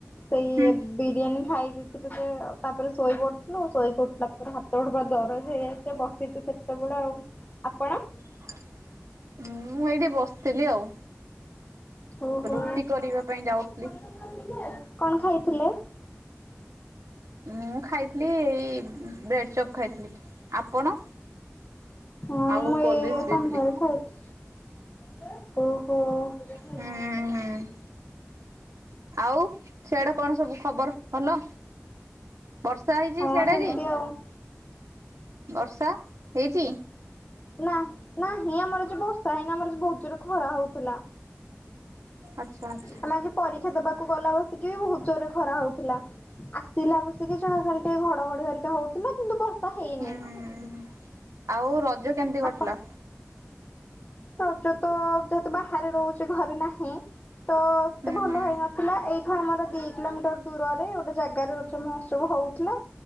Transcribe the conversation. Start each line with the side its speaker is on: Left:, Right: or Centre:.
Left: ସେଇ
Right: ହୁଁ
Left: ବିରିୟାନୀ ଖାଇ ଦେଇଥିଲୁ ଯେ ତାପରେ ଶୋଇ ପଡିଥିଲୁ। ଶୋଇକି ଉଠିଲା ପରେ ହାତ ଗୋଡ ବା ଦରଜ ହେଇ ଯାଇଛି ତ ବସିଚି ସେତେବେଳୁ ଆଉ। ଆପଣ?
Right: ହ ଉଁ ମୁଁ ଏଇଠି ବସିଥିଲି ଆଉ।
Left: ଓହୋଓ
Right: ରୁଟି କରିବା ପାଇଁ ଯାଉଥିଲି
Left: <inaudible> କଣ ଖାଇଥିଲେ?
Right: ମୁଁ ଖାଇଥିଲି ଏଇ ବେଡ୍ ଚପ୍ ଖାଇଥିଲି। ଆପଣ?
Left: ହଁ
Right: ଆଉ
Left: ମୁଁ
Right: କୋଲଡ୍ରିଙ୍କସ
Left: ଏ-ଏ-ଏ
Right: ପିଇଥିଲି
Left: ସନ୍ଧ୍ୟାରେ ଖାଇଥି ଓହୋଓ।
Right: ହୁଁ ହୁଁ ଆଉ ସିଆଡେ କଣ ସବୁ ଖବର ଭଲ? ବର୍ଷା ହେଇଛି
Left: ହଁ
Right: ସିଆଡେ
Left: ସେମିତି
Right: ଆଜି,
Left: ଆଉ।
Right: ବର୍ଷା ହେଇଛି?
Left: ନା ନାହିଁ ଆମର ଯେ ବର୍ଷା ହେଇନି ଆମର ବହୁତ ଜୋରେ ଖରା ହଉଥିଲା।
Right: ଆଚ୍ଛା ଆଚ୍ଛା
Left: ଆମେ ଆଜି ପରୀକ୍ଷା ଦବାକୁ ଗଲା ବସିକି ବହୁତ ଜୋରେ ଖରା ହଉଥିଲା ଆସିଲା ବସିକି ଯା ଟିକେ ଘଡଘଡି ହରିକା ହଉଥିଲା କିନ୍ତୁ ବ ତ ହେଇନି
Right: ହୁଁ। ଆଉ ରଜ କେମିତି କଟିଲା?
Left: ଆପଣ ରଜ ତ ଯେହେତୁ ବାହାରେ ରହୁଚି ଘରେ ନାହିଁ ତ ସେତେ
Right: ହୁଁ
Left: ଭଲ
Right: ହୁଁ
Left: ହେଇନଥିଲା ଏଇ ଆମର ଦି କିଲୋମିଟର ଦୂରରେ ଗୋଟେ ଜାଗାରେ ରଜ ମହୋତ୍ସବ ହଉଥିଲା।